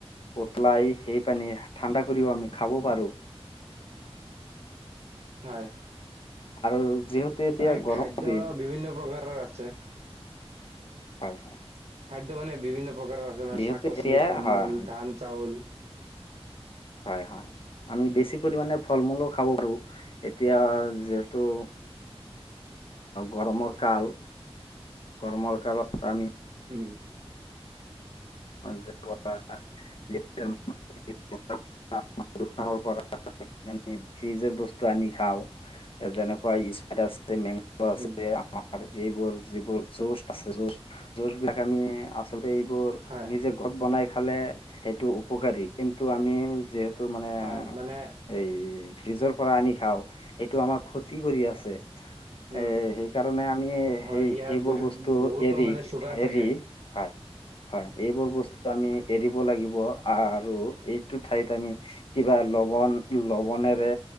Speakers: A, on the left (about 60°); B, on the right (about 75°).
A: উতলাই সেই পানী ঠাণ্ডা কৰিও আমি খাব পাৰোঁ।
B: হয়।
A: আৰু। যিহেতু এতিয়া
B: মানে
A: গৰম
B: খাদ্য
A: দিন
B: বিভিন্ন প্ৰকাৰৰ আছে।
A: হয় হয়।
B: খাদ্য মানে বিভিন্ন প্ৰকাৰৰ আছে মানে
A: যিহেতু
B: শাক- পাচলি,
A: এতিয়া
B: ফল
A: হয়
B: মূল, ধান, চাউল,
A: হয় হয় আমি বেছি পৰিমাণে ফল মূলো খাব পাৰোঁ। এতিয়া যিহেতু। গৰমৰ কাল, গৰমৰ কালত আমি,
B: উম!
A: <unintelligible> দোকানৰ পৰা আমি ফ্ৰিজৰ বস্তু আনি খাওঁ যেনেকুৱা স্পপাইট আছে। যে মেংগ আছে
B: উম,
A: যে আমাৰ আৰু এইবোৰ যিবোৰ যুজ আছে যুজ যুজ বিলাক আমি আচলতে এইবোৰ
B: হয়,
A: নিজে ঘট বনাই খালে সেইটো উপকাৰী কিন্তু আমি যিহেতু এইটো মানে
B: হয়, মানে
A: এই ফ্ৰিজৰ পৰা আনি খাও সেইটো আমাৰ ক্ষতি কৰি আছে। <unintelligible>
B: উম,
A: এ সেইকাৰণে আমি
B: হয়,
A: সেই
B: ইয়াৰ
A: সেইবোৰ
B: বি-
A: বস্তু
B: বহুতো
A: এৰি
B: মানে চুগাৰ
A: এৰি
B: থাকে
A: হয়। হয় এইবোৰ বস্তু আমি এৰিব লাগিব আৰু এইটো ঠাইত আমি কিবা ল ল লৱণেৰে